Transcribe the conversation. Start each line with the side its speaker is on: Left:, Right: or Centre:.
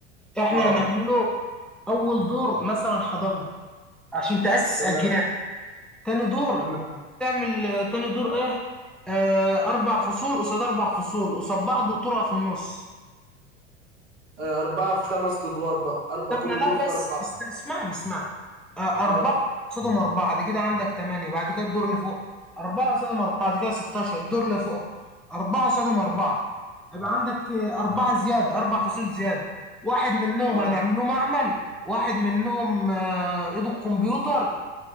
Centre: احنا
Right: اه
Centre: هنعمله اول دور مثلا حضانه عشان تاسس
Right: تمام
Centre: اجيال تاني دور
Right: تمام
Centre: تعمل آه، تاني دور ايه آه اربع فصول قصاد اربع فصول قصاد بعض وطرقه في النص
Right: آه أربعة في خمس أدوار بقى أربعة
Centre: احنا
Right: كل
Centre: لا
Right: دور في
Centre: بس
Right: أربعة
Centre: است- اسمعني اسمعني آه اربعه
Right: اه
Centre: قصادهم اربعه دي كده عندك ثمانيه بعد كده الدور اللي فوق اربعه قصادهم اربعه دي كده 16 الدور اللي فوق اربعه قصادهم اربعه يبقى عندك آه، اربعه زياده اربع فصول زياده واحد منهم
Right: اه
Centre: هنعمله معمل واحد منهم آه ايده الكمبيوتر